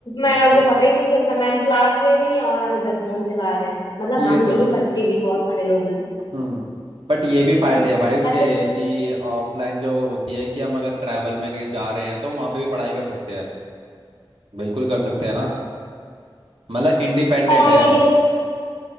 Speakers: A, on the left; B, on the right.
A: मैडम को पता ही नहीं चलता मैम क्लास ले रही हैं और हम इधर फोन चला रहे हैं मतलब
B: ये
A: हम
B: तो
A: नहीं
B: है
A: बच्चे भी बहुत सारे लोग हैं
B: हम्म बट ये भी
A: तो
B: फायदे हैं भाई उसके
A: अच्छा तो
B: कि ऑफलाइन जो होती है कि हम अगर ट्रैवल में कहीं जा रहे हैं तो वहाँ पे भी पढ़ाई कर सकते हैं बिल्कुल कर सकते हैं ना मतलब इंडिपेंडेंट
A: पढ़ाई
B: है हम
A: देखो